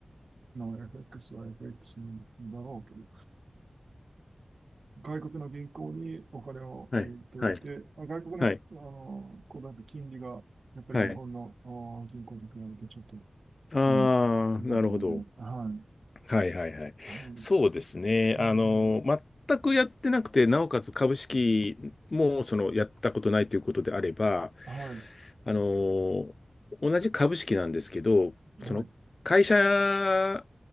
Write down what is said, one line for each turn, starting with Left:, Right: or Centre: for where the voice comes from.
Right: FX は FX だろうけど、外国の銀行にお金を置いといて、
Left: はい。はい。
Right: まあ外国の、
Left: はい。
Right: あの、こうだと金利が、やっぱり日本の、
Left: はい
Right: あ銀行に比べてちょっと、
Left: ああ、
Right: うん、良かったので、
Left: なるほど。
Right: はい。
Left: はいはいはい。
Right: あの
Left: そうですね。
Right: うん、
Left: あの、全くやってなくて、なおかつ株式もそのやったことないということであれば、
Right: はい、
Left: あの、同じ株式なんですけど、その会社
Right: はい、